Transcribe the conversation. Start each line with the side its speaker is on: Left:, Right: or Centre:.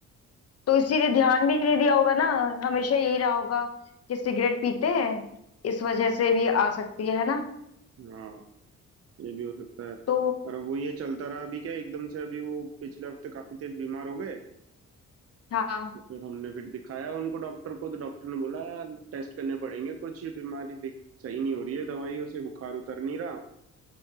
Left: तो इसीलिए ध्यान भी नहीं दिया होगा ना हमेशा यही रहा होगा कि सिगरेट पीते हैं इस वजह से भी आ सकती है है ना
Right: हाँ ये भी हो सकता है
Left: तो
Right: पर अब वो ये चलता रहा अभी क्या एकदम से अभी वो पिछले हफ्ते काफी तेज बीमार हो गए
Left: हाँ
Right: तो फिर हमने फिर दिखाया उनको डॉक्टर को तो डॉक्टर ने बोला यार टेस्ट करने पड़ेंगे कुछ ये बीमारी दिख सही नहीं हो रही है दवाइयों से बुखार उतर नहीं रहा